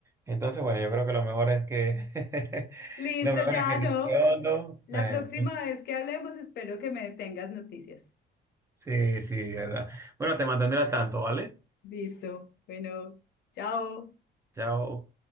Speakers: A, on the right; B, on the left.
A: Entonces, bueno, yo creo que lo mejor es que, <laughs>
B: Listo,
A: lo mejor
B: ya
A: es que respondo.
B: no. La
A: me-
B: próxima vez que hablemos, espero que me tengas noticias.
A: sí, sí, verdad. Bueno, te mantendré al tanto, ¿vale?
B: Listo. Bueno, chao.
A: Chao.